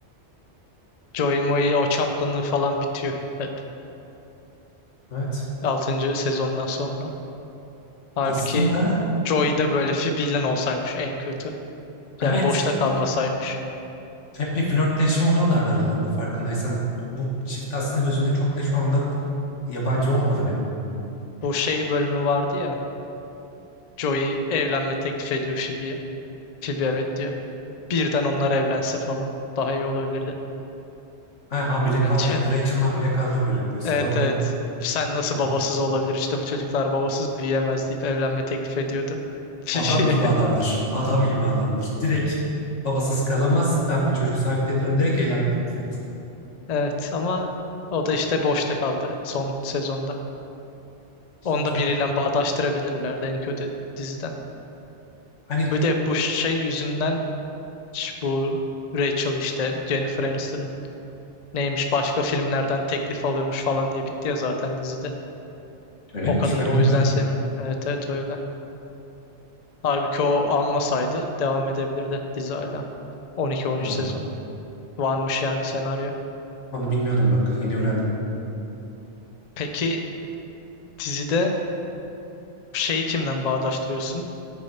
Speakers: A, on the left (about 45°); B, on the left (about 85°).
A: Joey Moe o çapkınlığı falan bitiyor hep
B: Evet.
A: altıncı sezondan sonra. Halbuki
B: Aslında
A: Joey de böyle Phoebe ile olsaymış en kötü.
B: evet.
A: Yani boşta kalmasaymış.
B: Hep bir flörtleşme oluyorlardı aralarında farkındaysan. Bu çift aslında gözümde çok da şu anda yabancı olmadı benim.
A: Bu şey bölümü vardı ya. Joey evlenme teklif ediyor Phoebe'ye. Phoebe evet diyor. Birden onlar evlense falan. Daha iyi olabilirdi
B: Ha, hamile
A: bence.
B: kaldı. Rachel'ın
A: <laughs>
B: hamile kaldığı bölüm diyorsun.
A: Evet
B: Tamam
A: evet. Sen nasıl
B: tamam.
A: babasız olabilir? İşte bu çocuklar babasız büyüyemez deyip evlenme teklif ediyordu <laughs> Phoebe'ye.
B: Adam gibi adamdır. Adam gibi adamdır. Direkt babasız kalamaz. Ben bu çocuğu sahipleniyorum. Direkt evlenme teklif ettim.
A: Evet ama o da işte boşta kaldı son sezonda.
B: İşte
A: Onu
B: çok
A: da biriyle bağdaştırabilirlerdi en kötü diziden.
B: hani
A: Bir de bu şey yüzünden ş- bu Rachel işte Jennifer Aniston Neymiş başka filmlerden teklif alıyormuş falan diye bitti ya zaten dizide.
B: öyle
A: O
B: miymiş
A: kadın
B: ben
A: da o
B: bilmiyorum.
A: yüzden sevmiyor. Evet evet öyle. Halbuki o almasaydı devam edebilirdi dizi hala. On iki on üç
B: Ha,
A: sezon. Varmış yani senaryo.
B: onu bilmiyordum bak. Yeni öğrendim.
A: Peki dizide şeyi kimden bağdaştırıyorsun?